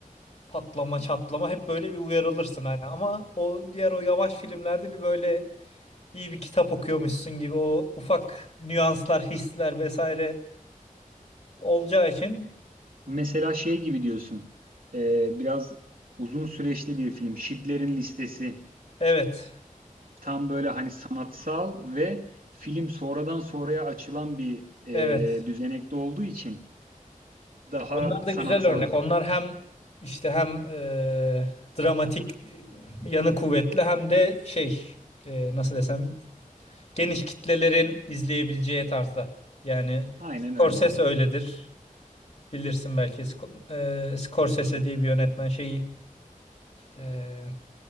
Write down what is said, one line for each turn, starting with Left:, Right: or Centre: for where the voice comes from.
Left: patlama çatlama hep böyle bir uyarılırsın hani ama o diğer o yavaş filmlerde bir böyle iyi bir kitap okuyormuşsun gibi o ufak nüanslar, hisler vesaire olacağı için
Right: Mesela şey gibi diyorsun. e, biraz uzun süreçli bir film. Schindler'in Listesi.
Left: evet,
Right: Tam böyle hani sanatsal ve film sonradan sonraya açılan bir
Left: evet.
Right: e, düzenekte olduğu için daha
Left: Onlar da
Right: sanatsal.
Left: güzel örnek. Onlar hem işte hem e, dramatik e, yanı kuvvetli hem de şey e, nasıl desem geniş kitlelerin izleyebileceği tarzda. Yani
Right: Aynen
Left: Scorsese
Right: öyle.
Left: öyledir. Bilirsin belki Sco- e, Scorsese diye bir yönetmen şeyi e,